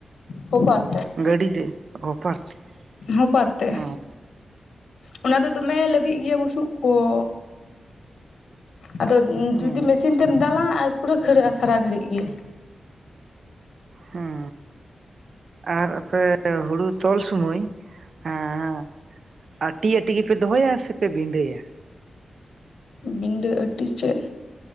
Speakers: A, on the left; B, on the right.
A: ᱠᱳᱯᱟᱴ
B: ᱜᱟᱹᱰᱤ ᱛᱮ <unintelligible>
A: ᱦᱚᱯᱟᱨ ᱛᱮ
B: ᱚᱸ
A: ᱚᱱᱟ ᱫᱚ ᱫᱚᱢᱮ ᱞᱟᱹᱵᱤᱜ ᱤᱭᱟᱹ ᱵᱩᱥᱩᱵ ᱠᱚ ᱾ ᱟᱫᱚ
B: ᱦᱮᱸ
A: ᱡᱩᱫᱤ ᱢᱮᱥᱤᱱ ᱛᱮᱢ ᱫᱟᱞᱟ ᱯᱩᱨᱟᱹ ᱠᱷᱟᱹᱨᱟᱹᱜᱼᱟ ᱥᱟᱨᱟ ᱜᱷᱟᱹᱲᱤᱡ ᱜᱤ ᱾
B: ᱦᱩᱸ ᱟᱨ ᱟᱯᱮ ᱦᱩᱲᱩ ᱛᱚᱞ ᱥᱩᱢᱟᱹᱭ ᱦᱮᱸ ᱟᱴᱤ ᱟᱴᱤ ᱜᱮᱯᱮ ᱫᱚᱦᱚᱭᱟ, ᱥᱮᱯᱮ ᱵᱤᱸᱰᱟᱹᱭᱟ ᱾
A: ᱵᱤᱸᱰᱟᱹ ᱟᱹᱴᱤ ᱪᱮᱫ